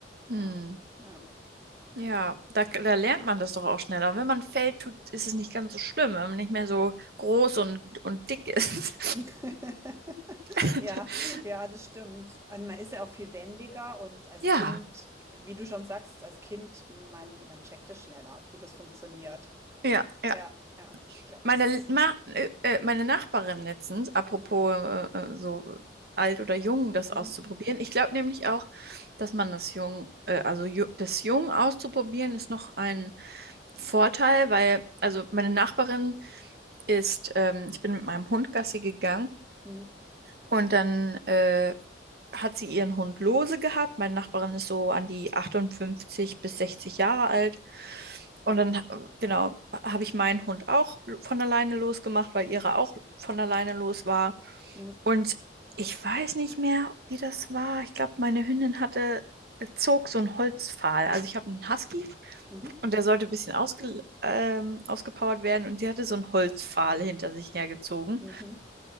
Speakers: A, on the right; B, on the right.
A: Mhm.
B: Ja. Ja.
A: Ja, da, da lernt man das doch auch schneller. Wenn man fällt, tut, ist es nicht ganz so schlimm, wenn man nicht mehr so groß und, und dick ist.
B: <laughs>
A: <laughs>
B: Ja, ja, das stimmt. Und man ist ja auch viel wendiger und als
A: Ja,
B: Kind, wie du schon sagst, als Kind, man, man checkt es schneller, wie das funktioniert.
A: ja, ja.
B: Ja, ja, ich glaube,
A: Meine,
B: das ist.
A: Ma äh, äh,
B: Hm,
A: meine Nachbarin letztens, apropos äh, äh, so äh, alt oder jung, das
B: hm,
A: auszuprobieren. Ich glaube nämlich auch, dass man das jung, äh, also ju das jung auszuprobieren ist noch ein Vorteil, weil, also meine Nachbarin ist, ähm, ich bin mit meinem Hund Gassi gegangen
B: hm,
A: und dann äh, hat sie ihren Hund lose gehabt. Meine Nachbarin ist so an die 58 bis 60 Jahre alt. Und
B: hm,
A: dann, äh, genau, habe ich meinen Hund auch von alleine losgemacht, weil ihre auch von alleine los war.
B: hm,
A: Und ich weiß nicht mehr, wie das war. Ich glaube, meine Hündin hatte, äh, zog so einen Holzpfahl. Also ich habe einen Husky
B: mhm,
A: und der sollte ein bisschen ausge, ähm, ausgepowert werden und sie hatte so einen Holzpfahl hinter sich hergezogen.
B: mhm.